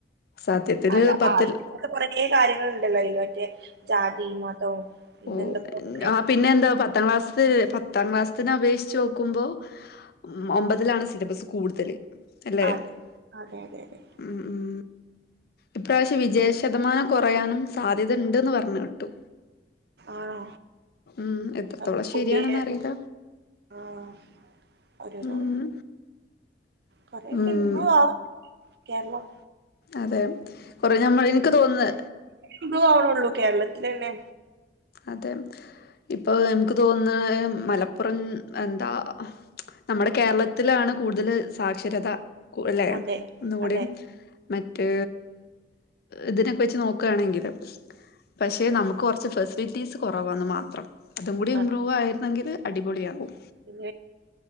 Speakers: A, on the left; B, on the right.
A: സത്യത്തില്
B: അല്ല
A: പത്തിൽ
B: ആ <unintelligible> കൊറെ കാര്യങ്ങൾണ്ടല്ലോ അയിൽ മറ്റേ ജാതിയും മതവും പിന്നെ
A: ഓഹ്
B: എന്തൊക്കൊക്കെ
A: ആ പിന്നെ എന്താ പത്താം ക്ലാസ് പത്താം ക്ലാസ്സത്തിന് അപേക്ഷിച്ച് നോക്കുമ്പോ ഉം ഒമ്പതിലാണ് സിലബസ് കൂടുതല് അല്ലെ
B: അതെ അതെ അതെ അതെ
A: ഉം ഉം ഇപ്രാവശ്യം വിജയശതമാനം
B: ഉണ്ട്
A: കൊറയാനും സാധ്യത ഉണ്ടെന്ന് പറഞ്ഞു കേട്ടു
B: ആണോ
A: ഉം എത്രത്തോളം
B: അപ്പൊ പുതിയെ
A: ശരിയാണെന്ന് അറിയില്ല
B: ആഹ് ഒരോരോ
A: ഉം
B: കൊറേക്കെ
A: ഉം
B: <unintelligible> കേരളം
A: അതെ കൊറ നമ്മൾ എനിക്ക് തോന്നന്ന്
B: ഇമ്പ്രൂവ്വണള്ളൂ കേരളത്തില തന്നെ
A: അതെ ഇപ്പൊ നമുക്ക് തോന്നുന്ന മലപ്പുറം എന്താ നമ്മുടെ കേരളത്തിലാണ് കൂടുതല് സാക്ഷരത അല്ലെ
B: അതെ
A: ഒന്നും കൂടി
B: അതെ
A: മറ്റേ, ഇതിനൊക്കെ വെച്ച്- നോക്കയാണെങ്കിൽ. പക്ഷെ നമുക്ക് കുറച്ച്- ബിറ്റീസ് കുറവാെന്ന് മാത്രം, അതും കൂടി ഇമ്പ്രൂവ
B: അതെ
A: ആയിരുന്നെങ്കിൽ അടിപൊളിയാകും.
B: <unintelligible>